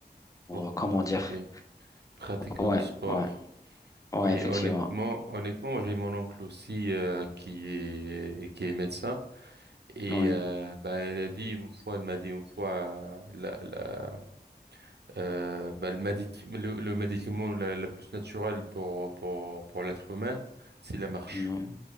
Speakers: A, on the left; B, on the right.
A: pour,
B: Pour
A: euh,
B: pratiquer,
A: comment dire.
B: pratiquer
A: Ouais,
B: de sport.
A: ouais, ouais,
B: Oui,
A: effectivement.
B: honnêtement, honnêtement, j'ai mon oncle aussi euh, qui est qui est médecin et
A: Ouais,
B: euh, bah elle a dit une fois, elle m'a dit une fois euh, la la euh, bah, le, médic le, le médicament la, la plus naturelle pour pour pour l'être humain, c'est la marche.
A: ouais,